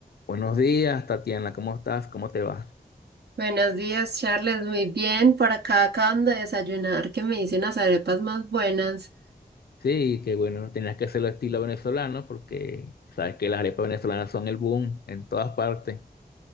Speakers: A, on the left; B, on the right.
A: Buenos días, Tatiana, ¿cómo estás? ¿Cómo te va?
B: Buenos días, Charles. Muy bien. Por acá acaban de desayunar, que me hice unas arepas más buenas.
A: Sí, que bueno, tenías que hacerlo estilo venezolano porque sabes que las arepas venezolanas son el boom en todas partes.